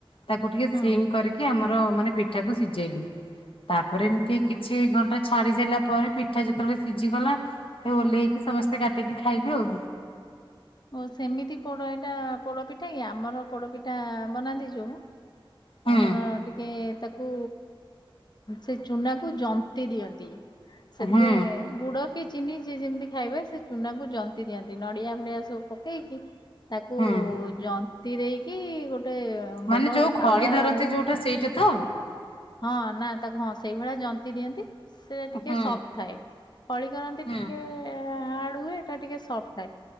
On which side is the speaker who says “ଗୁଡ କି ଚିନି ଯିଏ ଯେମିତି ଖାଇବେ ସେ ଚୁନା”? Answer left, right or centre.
Left